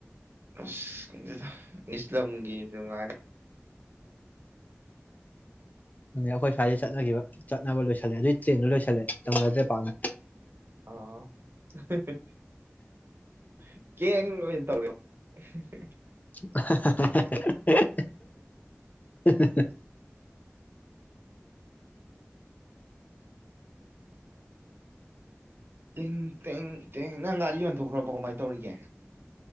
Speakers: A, on the right; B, on the left.
A: ꯑꯁ ꯏꯪꯂꯤꯁ ꯂꯝꯒꯤꯁꯨ ꯉꯥꯏ
B: ꯑ ꯑꯩꯈꯣꯏ ꯁ꯭ꯋꯥꯏꯗꯒꯤ ꯆꯠꯅꯈꯤꯕ ꯆꯠꯅꯕ ꯂꯣꯏꯁꯤꯜꯂꯦ ꯑꯗꯨꯏ ꯇ꯭ꯔꯦꯟꯗꯣ ꯂꯣꯏꯁꯤꯜꯂꯦ ꯇꯧꯅꯗ꯭ꯔꯦ ꯄꯥꯛꯅ
A: ꯑ ꯀ ꯑꯣꯏ ꯇ inaudible
B: inaudible inaudible
A: ꯇꯤꯡ ꯇꯤꯡ ꯇꯦꯡ ꯅꯪ ꯒꯥꯔꯤ ꯌꯣꯟꯊꯣꯛꯈ꯭ꯔꯕ ꯀꯃꯥꯏꯅ ꯇꯧꯔꯤꯒꯦ